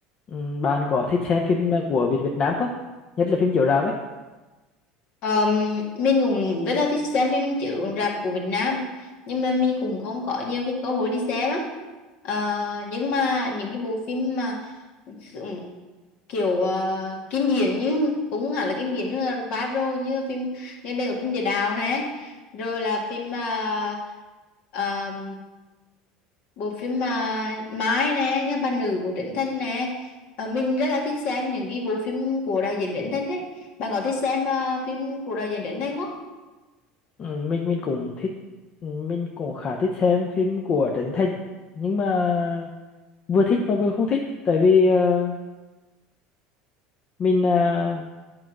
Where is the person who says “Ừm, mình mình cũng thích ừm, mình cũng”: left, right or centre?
Left